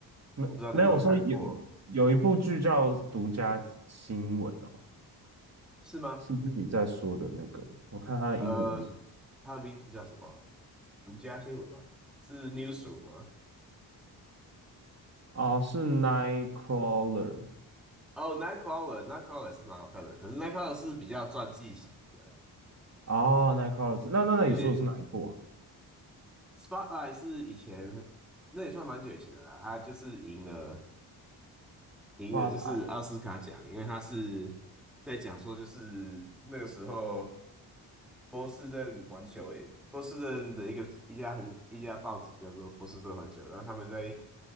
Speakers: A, on the right (about 35°); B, in the centre.
A: 没没有，
B: 我不知道你有没有看过，
A: 我说有有一部剧叫《独家新闻》哦。
B: 是吗？
A: 是不是你在说的那个？我看他的英文是
B: 呃，它的名字叫什么？独家新闻吗？是 Newsroom 吗？
A: 啊，是 Nightcrawler
B: 哦，Nightcrawler，Nightcrawler 是蛮好看的，可是 Nightcrawler 是比较传记型的，
A: 哦，Nightcrawler 那那那你说的是哪一部啊
B: 有点 Spotlight 是以前那也算蛮久以前的啦，他就是赢了，赢了就是奥斯卡奖，
A: ？Blood e
B: 因为他是在讲说就是那个时候波士顿环球诶，波士顿的一个一家很一家报纸叫做波士顿环球，然后他们在